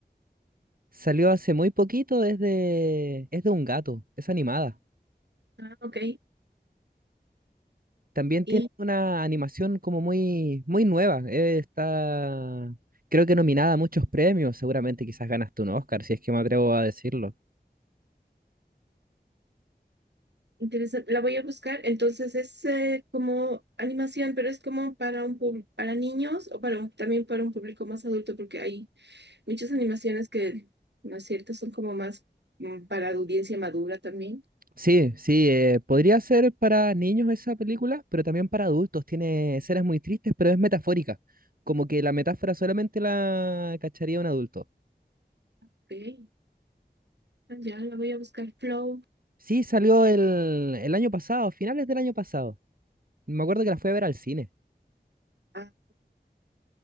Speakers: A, on the right (about 55°); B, on the right (about 90°).
A: Salió hace muy poquito, es de, es de un gato, es animada.
B: Ah, ok.
A: También tiene
B: Y
A: una animación como muy, muy nueva. eh, está, creo que nominada a muchos premios, seguramente quizás ganas tú un Oscar, si es que me atrevo a decirlo.
B: interesante. La voy a buscar. Entonces es eh, como animación, pero es como para un pub- para niños o para un- también para un público más adulto, porque hay muchas animaciones que, ¿no es cierto? Son como más mm, para audiencia madura también.
A: Sí, sí, eh, podría ser para niños esa película, pero también para adultos. Tiene escenas muy tristes, pero es metafórica. Como que la metáfora solamente la cacharía un adulto.
B: Ok. Ah, Ya la voy a buscar. Flow.
A: Sí, salió el, el año pasado, finales del año pasado. Me acuerdo que la fui a ver al cine.
B: Ah,